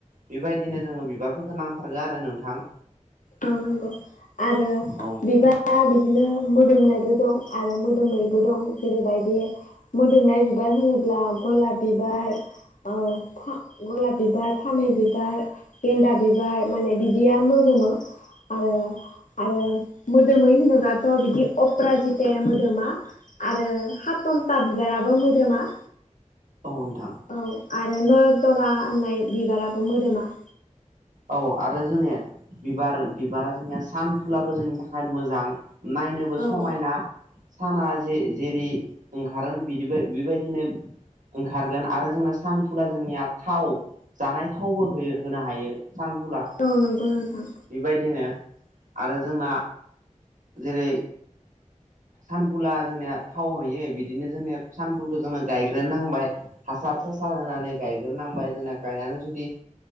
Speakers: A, on the right; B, on the left.
A: बेबायदिनो जोङो बिबारफोरखौ नांथारगो आरो नोंथां
B: औ नांगौ आरो
A: औ
B: बिबा दा बिदिनो मोदोमनायबो दं आरो मोदोमैबो दं जेरैबायदि मोदोमनाय बिबार होनोब्ला गलाब बिबार औ फा गलाब बिबार, फामे बिबार गेन्दा बिबार माने बिदिय मोदोमो आरो आरो मोदोमै होनोब्लाथ' बिदि अप्रााजिताया मोदोमा आरो हातन्था बिबाराबो मोदोमा
A: औ नोंथां
B: औ आरो नयथरा होननाय बिबाराबो मोदोमा
A: औ आरो जोंनिया बिबार बिबारा जोंनिया सानफुलाबो जोंनि थाखाय मोजां नायनोबो
B: औ
A: समायना साना जे जेरै ओंखारो बिदिबा बेबायदिनो ओंखारगोन आरो जोंना सानफुला जोंनिया थाव जानाय थावबो होयो होनो हायो। सानफुला
B: औ नंगौ नोंथां
A: बेबायदिनो आरो जोंना जेरै सानफुला जोंनिया थाव हैयो बिदिनो जोंनिया सानफुलखौ जोंङो गायग्रो नांबाय हासार सासार होनानै गायग्रोनांबाय जोंना गायनानै जुदि